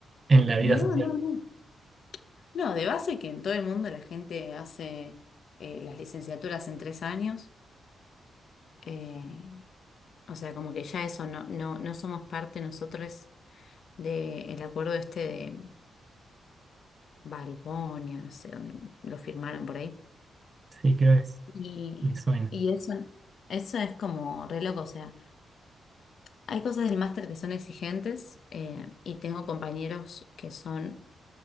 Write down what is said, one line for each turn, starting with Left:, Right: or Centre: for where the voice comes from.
Right: en la vida
Left: no,
Right: social.
Left: no. No, de base que en todo el mundo la gente hace eh, las licenciaturas en tres años. eh, o sea, como que ya eso no, no, no somos parte nosotros del acuerdo este de Balbonia, no sé dónde lo firmaron por ahí
Right: Sí, creo que es,
Left: Y,
Right: me suena.
Left: y eso, eso es como re loco, o sea, hay cosas del máster que son exigentes eh, y tengo compañeros que son